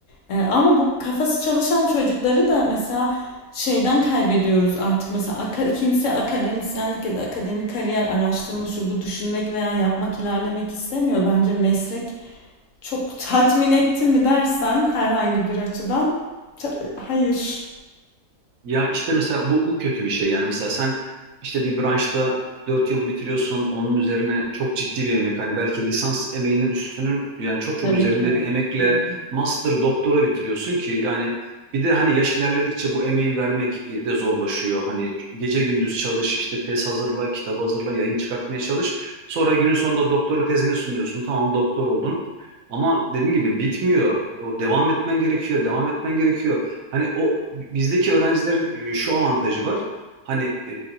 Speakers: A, on the left (about 65°); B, on the right (about 75°).
A: Ee, ama bu kafası çalışan çocukları da mesela şeyden kaybediyoruz artık. Mesela aka- kimse akademisyenlik ya da akademik kariyer araştırma şu bu düşünmek veya yapmak ilerlemek istemiyor. Bence meslek çok tatmin etti mi dersen herhangi bir açıdan ta- hayır.
B: Ya işte mesela bu, bu kötü bir şey yani mesela sen işte bir branşta 4 yıl bitiriyorsun onun üzerine çok ciddi bir emek hani belki lisans emeğinin üstünün yani çok çok
A: Tabii
B: üzerinde
A: ki.
B: bir emekle
A: Tabii ki.
B: master doktora bitiriyorsun ki yani bir de hani yaş ilerledikçe bu emeği vermek e, de zorlaşıyor hani gece gündüz çalış işte tez hazırla kitap hazırla yayın çıkartmaya çalış sonra günün sonunda doktora tezini sunuyorsun tamam doktor oldun ama dediğim gibi bitmiyor o devam etmen gerekiyor devam etmen gerekiyor. Hani o bizdeki öğrencilerin e, şu avantajı var. Hani e,